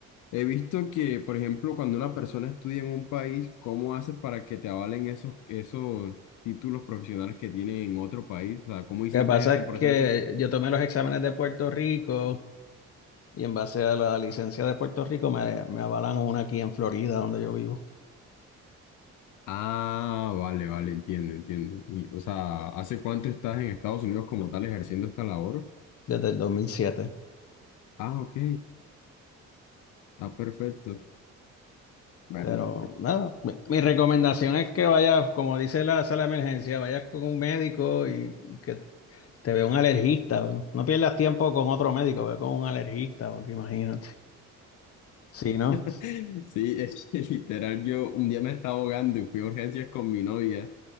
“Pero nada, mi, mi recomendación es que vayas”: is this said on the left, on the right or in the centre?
Left